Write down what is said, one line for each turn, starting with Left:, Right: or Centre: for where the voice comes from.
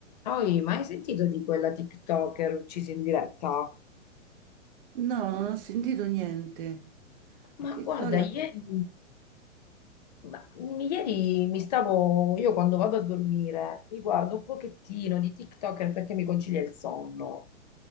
Left: Poi, ma hai sentito di quella TikToker uccisa in diretta?
Right: No, non ho sentito niente.
Left: Ma
Right: Che
Left: guarda,
Right: storia
Left: ieri, ma, mm, ieri mi stavo, io quando vado a dormire, mi guardo un pochettino di TikToker perché mi concilia il sonno.